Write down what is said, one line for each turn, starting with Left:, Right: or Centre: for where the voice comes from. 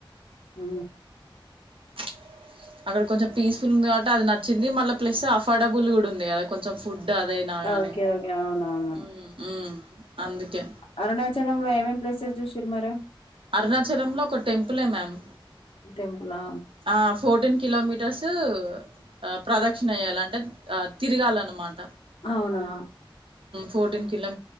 Left: ఉ
Right: <inaudible> అక్కడ కొంచెం పీస్ఫుల్ ఉంది కాబట్టి అది నచ్చింది మళ్ళీ ప్లస్ అఫడబుల్ కూడ ఉంది కదా కొంచెం ఫుడ్ అదైనా గానీ
Left: ఓకే ఒకే అవును అవును
Right: మ్మ్ మ్మ్ అందుకే
Left: అరుణచలంలో ఏమేం ప్లేసెస్ చుసిరు మరి
Right: అరుణచలంలో ఒక టెంపులే మ్యామ్
Left: టెంపులా
Right: ఆ ఫోర్టీన్ కిలోమీటర్స్ ఆ ప్రదక్షణ ఎయాలి అంటే తిరగాలన్మాట
Left: అవునా
Right: ఫోటీన్ కిలో